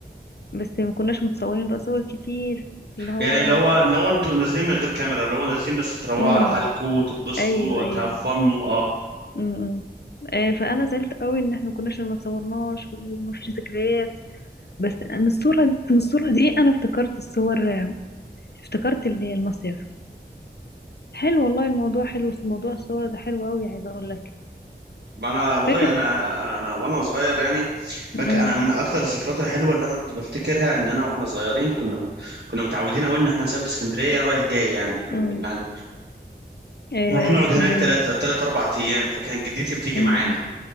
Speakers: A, on the left; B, on the right.
A: بس ما كناش متصورين بقى صور كتير اللي هو
B: يعني اللي هو اللي هو انتوا نازلين من غير كاميرا اللي هو نازلين بس تروقوا
A: امم
B: على حالكم تبسطوا
A: ايوه
B: وتهفنوا
A: ايوه
B: اه
A: امم آه، فانا زعلت قوي ان احنا ما كناش ما اتصورناش وما فيش ذكريات بس من الصورة من الصورة دي انا افتكرت الصور آه، افتكرت ال- المصيف حلو والله الموضوع حلو موضوع الصور ده حلو قوي عايزة اقول لك
B: ما انا والله
A: فاكر
B: انا انا, أنا وانا صغير يعني فاكر
A: امم
B: انا من اكتر الذكريات الحلوه اللي انا كنت بفتكرها ان انا واحنا صغيرين كنا كنا متعودين قوي ان احنا نسافر اسكندريه رايح جاي يعني او
A: امم
B: ان احنا
A: إيه
B: نروح نقعد
A: اسكندرية
B: هناك ثلاث ثلاث اربع ايام فكانت جدتي بتيجي
A: امم
B: معانا
A: أمم.